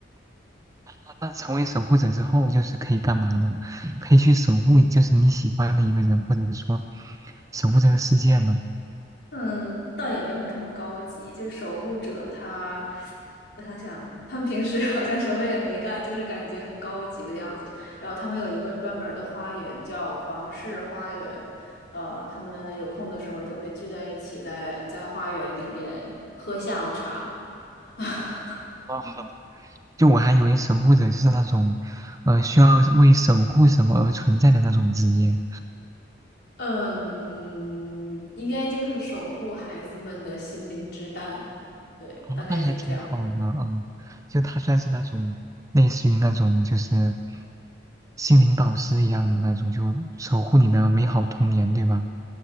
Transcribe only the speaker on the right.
啊那成为守护者之后，就是可以干嘛呢？可以去守护，就是你喜欢的一个人，或者说守护这个世界呢？<laughs>
哦就我还以为守护者就是那种，呃，需要为守护什么而存在的那种职业。
哦，
那还挺好的，嗯，就他算是那种类似于那种就是心灵导师一样的那种，就守护你的美好童年，对吧？